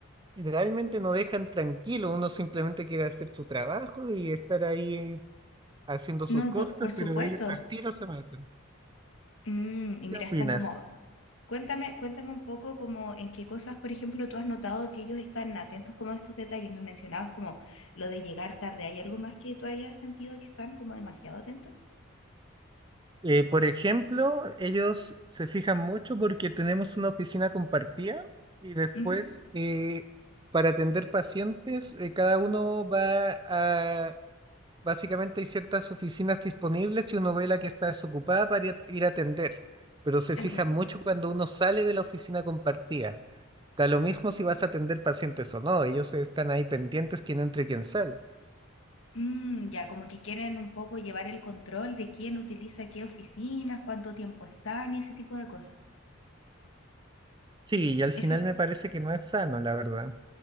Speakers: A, on the right; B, on the left.
A: realmente no dejan tranquilo, uno simplemente quiere hacer su trabajo y estar ahí haciendo
B: No,
A: sus cosas,
B: por, por supuesto.
A: pero ellos al tiro se meten.
B: Mm, y mira,
A: ¿Qué opinas?
B: están como, cuéntame, cuéntame un poco como en qué cosas, por ejemplo, tú has notado que ellos están atentos como a estos detalles. Me mencionabas como lo de llegar tarde. ¿Hay algo más que tú hayas sentido que están como demasiado atentos?
A: Eh, por ejemplo, ellos se fijan mucho porque tenemos una oficina compartida y después
B: Ujú,
A: eh, para atender pacientes, eh, cada uno va a, básicamente hay ciertas oficinas disponibles y uno ve la que está desocupada para ir a ir a atender, pero se
B: entiendo.
A: fijan mucho cuando uno sale de la oficina compartida. Da lo mismo si vas a atender pacientes o no, ellos están ahí pendientes quién entra y quién sale.
B: Mm, ya, como que quieren un poco llevar el control de quién utiliza qué oficinas, cuánto tiempo están y ese tipo de cosas.
A: Sí, y al
B: Eso
A: final
B: es
A: me parece que no es sano, la verdad.